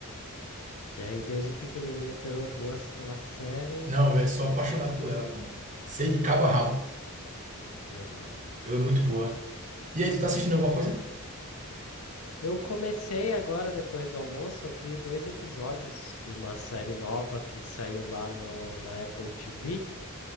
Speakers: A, on the left; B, on the right.
A: Que aí desde pequenininho pegou gosto pela série.
B: Não, velho, sou apaixonado por ela, pô. Sei de cabo a rabo.
A: Legal.
B: Ela é muito boa. E aí, tu tá assistindo alguma coisa?
A: Eu comecei agora, depois do almoço, eu vi dois episódios de uma série nova que saiu lá no, na Apple TV.